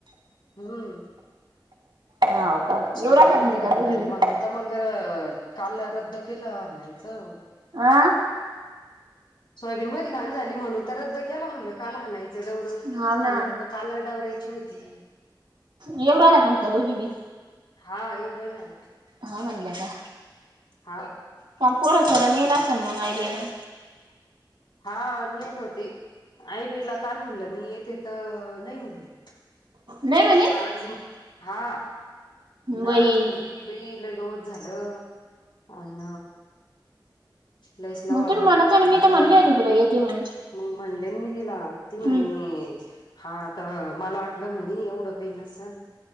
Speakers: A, on the left (about 75°); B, on the right (about 75°).
A: हम्म
B: हाव का
A: सोयाबीन
B: येऊ राहिल्या
A: माहितीये
B: मग त्या
A: का घाान
B: दोघी
A: झाली
B: बी?
A: म्हणुन, तर मग काल रद्द केला नाहीयचं.
B: आ.
A: सोयाबीन मध्ये घाण झाली म्हणून तर रद्द केलं म्हटलं. काल आणायचं डवर
B: हाव ना
A: न मग काला डवरायची होती.
B: येउदे आलाक म्हणते दोघी बी!
A: हा येऊ राहिल ना.
B: हा म्हणल्या त्या
A: हा
B: काल पोर थोर नेल असल मग आई बन.
A: हा नेत होते आईबाईला काय म्हणलं मी येते तर नाही म्हणले,
B: नाही म्हणे?
A: आज हा
B: बाई
A: आज म्हणती. बाई लगवत झालं अन लईसला
B: मग
A: वळा
B: तुम्ही
A: झाला
B: म्हणायचं
A: त्याच्यामध्ये,
B: ना मी तर म्हणले होते तुला येते म्हणून.
A: मग म्हणले मी तिला ती म्हणे
B: हम्म
A: हा तर मला वाटलं म्हणे एवढं काही नसल